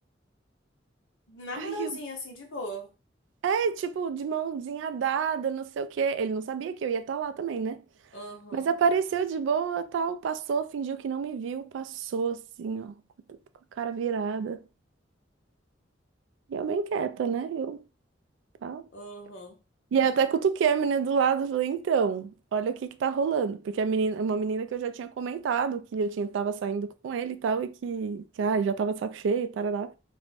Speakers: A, on the left (about 85°); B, on the right (about 85°).
A: Na
B: Ai,
A: moralzinha,
B: eu...
A: assim, de boa.
B: é, tipo, de mãozinha dada, não sei o quê. Ele não sabia que eu ia estar lá também, né?
A: Aham,
B: Mas apareceu de boa, tal, passou, fingiu que não me viu, passou assim, ó, com a com a cara virada. E eu bem quieta, né? Eu, tá.
A: aham,
B: E aí eu até cutuquei a menina do lado, e falei, então, olha o que que tá rolando. Porque a menina, uma menina que eu já tinha comentado que eu tinha, tava saindo com ele e tal, e que, que ai, já tava de saco cheio, tarará.